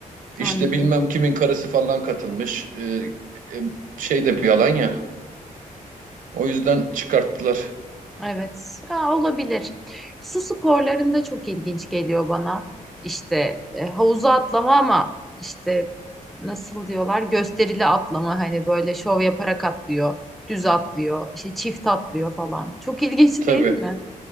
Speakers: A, on the right; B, in the centre.
A: İşte
B: anladım.
A: bilmem kimin karısı falan katılmış. Ee, e, şey de bir yalan ya. O yüzden çıkarttılar.
B: Evet, Aa, olabilir. Su sporlarında çok ilginç geliyor bana. İşte e, havuza atlama ama işte nasıl diyorlar gösterili atlama hani böyle şov yaparak atlıyor, düz atlıyor, işte çift atlıyor falan. Çok ilginç
A: Tabii.
B: değil mi?